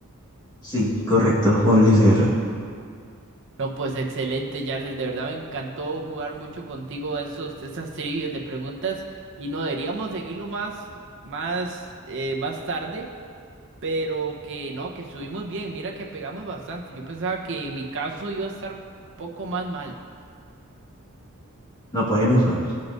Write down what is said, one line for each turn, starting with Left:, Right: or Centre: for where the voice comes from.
Left: Sí, correcto, Juan Luis Guerra.
Right: No, pues excelente, Yardes. De verdad me encantó jugar mucho contigo esos, esas trivias de preguntas. Y no deberíamos seguirlo más, más, eh, más tarde. Pero que no, que subimos bien. Mira que pegamos bastante. Yo pensaba que en mi caso iba a estar poco más mal.
Left: No, pues nos vemos.